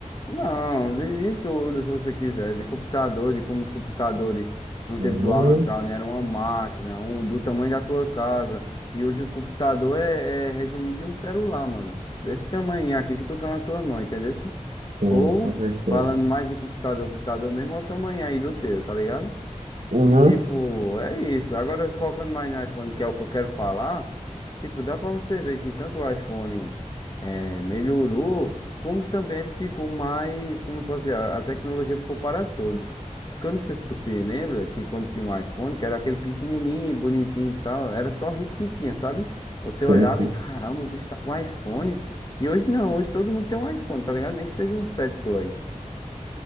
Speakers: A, on the left; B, on the right.
A: não, de, de tudo, se você quiser. De computador, de como os computadores no
B: Uhum,
A: tempo do Alan Turing eram uma máquina, um do tamanho da tua casa. E hoje o computador é, é resumido em um celular, mano. Desse tamanho aqui que tu tá na tua mão, entendeu?
B: sim,
A: Ou,
B: com certeza.
A: falando mais em computador, computador mesmo, olha o tamanho aí do teu, tá ligado?
B: Uhum,
A: E tipo, é isso. Agora focando mais no iPhone, que é o que eu quero falar, tipo, dá pra você ver que tanto o iPhone eh, melhorou, como também ele ficou mais, como eu posso dizer, a a tecnologia ficou para todos. Porque eu não sei se tu se lembra que quando tinha um iPhone, que era aquele pequenininho, bonitinho e tal, era só rico que tinha, sabe? Você
B: sim,
A: olhava
B: sim.
A: e caramba, o bicho tá com iPhone. E hoje não, hoje todo mundo tem um iPhone, tá ligado? Nem que seja um 7 Plus,